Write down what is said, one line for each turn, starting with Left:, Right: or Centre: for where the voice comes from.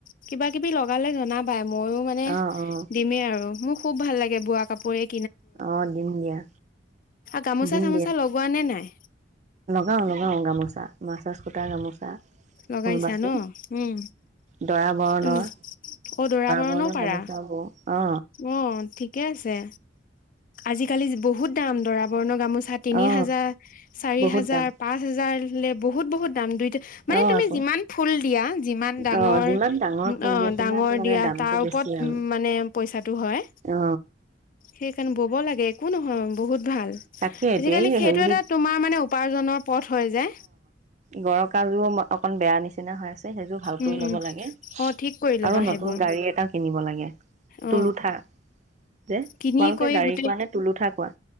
Left: কিবা কিবি লগালে জনাবাই মইয়ো মানে
Right: অ অ
Left: দিমেই আৰু খুব ভাল লাগে বোৱা কাপোৰ, এই
Right: অ', দিম দিয়া।
Left: গামোচা-চামোচা
Right: দিম
Left: লগোৱা নে নাই?
Right: অ', লগাওঁ গামোচা। মাছাজ সূতা গামোচা
Left: লগাইছা
Right: ফুল বাচি
Left: ন'? উম,
Right: দৰা বৰণৰ
Left: উম। অ', দৰা বৰণৰো
Right: বৰণৰ
Left: পাৰা।
Right: গামোচা বওঁ অ
Left: অ', ঠিকে আছে। আজিকালি বহুত দাম দৰাবৰণৰ গামোচা তিনি
Right: অ
Left: হাজাৰ, চাৰি
Right: বহুত
Left: হাজাৰ,
Right: দাম
Left: পাঁচ হাজাৰ বোলে বহুত বহুত দাম দুই মানে
Right: অ
Left: তুমি
Right: আকৌ
Left: যিমান ফুল দিয়া যিমান ডাঙৰ
Right: অ যিমান ডাঙৰ ফুল
Left: অ',
Right: দিয়ে সিমান
Left: ডাঙৰ
Right: মানে
Left: দিয়া
Right: দামটো
Left: তাৰ
Right: বেছি
Left: ওপৰত
Right: আৰু
Left: মানে পইচাটো হয়
Right: অ
Left: সেইকাৰণে বব লাগে একো নহয়। বহুত ভাল
Right: তাকে এতিয়া
Left: আজিকালি
Right: এই
Left: সেইটো
Right: হেৰি
Left: এটা তোমাৰ মানে উপাৰ্জনৰ পথ হয় যে।
Right: গৰকাজুও অকন বেয়া নিচিনা। বেয়া হৈ আছে সেইযোৰ ভাল
Left: উম
Right: কৰি ল'ব
Left: উম
Right: লাগে
Left: অ ঠিক কৰি ল'বা
Right: আৰু নতুন
Left: সেইবোৰ
Right: গাড়ী এটা কিনিব লাগে
Left: অ
Right: তুলোঠা যে তোমালোকে
Left: কিনি কৰি
Right: গাড়ী
Left: গোটেই
Right: কোৱা নে তুলোঠা কোৱা।